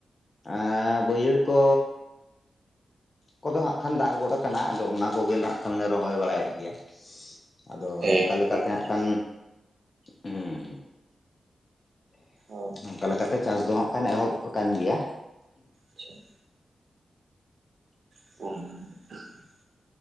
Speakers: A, on the left; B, on the right.
A: ᱟᱸ ᱵᱟᱹᱭᱦᱟᱹᱲ ᱠᱚ ᱠᱚᱫᱚ ᱦᱟᱸᱜ ᱠᱷᱟᱱ ᱫᱟᱜ ᱜᱚᱫ ᱠᱟᱱᱟ ᱟᱫᱚ ᱚᱱᱟ ᱠᱚᱜᱮ ᱱᱟᱜ ᱠᱷᱟᱱᱞᱮ ᱨᱚᱦᱚᱭ ᱵᱟᱲᱟᱭᱮᱫ ᱜᱮᱭᱟ, ᱟᱫᱚ
B: ᱦᱮᱸ
A: ᱱᱚᱝᱠᱟ
B: ᱱᱟᱯᱟᱭ
A: ᱞᱮᱠᱟᱛᱮ
B: ᱠᱟᱛᱷᱟ
A: ᱦᱟᱸᱜ ᱠᱷᱟᱱ ᱦᱩᱸ
B: ᱦᱢ ᱾
A: ᱚᱱᱠᱟ ᱞᱮᱠᱟᱛᱮ ᱪᱟᱥ ᱫᱚ ᱦᱟᱜ ᱠᱷᱟᱱ ᱮᱛᱚᱦᱚᱵ ᱟᱠᱟᱱ ᱜᱮᱭᱟ ᱾
B: ᱟᱪᱪᱷᱟ ᱾ <unintelligible>